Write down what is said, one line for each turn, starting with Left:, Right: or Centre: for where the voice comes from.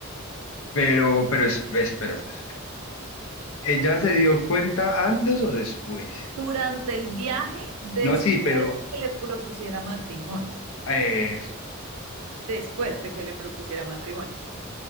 Left: Pero, pero es- espera, espera, espera. ¿Ella se dio cuenta antes o después?
Right: Durante el viaje, después
Left: No, sí, pero
Right: de que le propusiera matrimonio,
Left: eh,
Right: después de que le propusiera matrimonio.